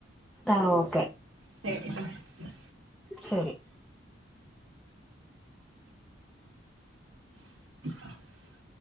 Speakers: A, in the centre; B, on the right.
A: ആഹ ഓക്കെ
B: ശരി <unintelligible>
A: ശരി
B: അ <inaudible>